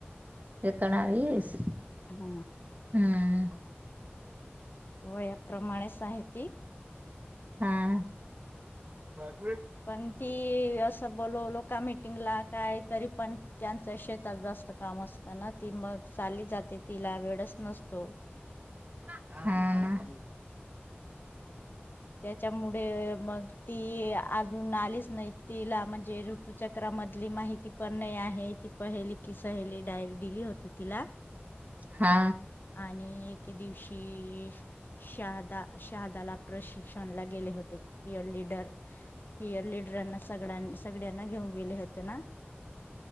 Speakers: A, on the right; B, on the left.
A: एकोणावीस.
B: आ म
A: हम्म
B: वया प्रमाणे साहिती
A: हा <unintelligible>
B: पण ती असं बोलोलोका मीटिंगला काय तरी पण त्यांच शेत जास्त काम असत ना ती मग चाली जाते तिला वेडच नसतो.
A: हा ना.
B: त्याच्यामुळे मग ती अजून आलीच नाही. तिला म्हणजे ऋतुचक्रामधली माहिती पण नाही आहे. ती पहिली की सहेली डायरी दिली होती तिला
A: हा
B: आणि एक एके दिवशी शहादा शहादाला प्रशिक्षणला गेले होते. पियर लीडर, पियर लिडरांना सगळ्यां सगळ्यांना घेऊन गेले होते ना.